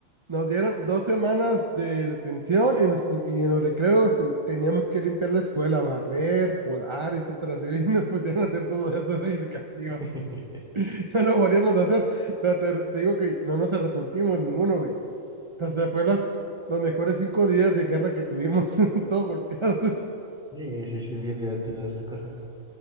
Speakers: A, on the right; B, in the centre.
A: Nos dieron dos semanas de detención y, nos pu- y en los recreos ten- teníamos que limpiar la escuela, barrer, podar, etcétera. Así, <laughs> y nos pusieron a hacer todo eso güey, de castigo.
B: <laughs>
A: <laughs> no lo volvíamos a hacer. Pero te, te digo que no nos arrepentimos ninguno, güey. O sea, fue las,
B: Ah,
A: los mejores cinco días de guerra que tuvimos, <laughs> todos golpeados.
B: Sí, sí, sí, bien divertido esas cosas.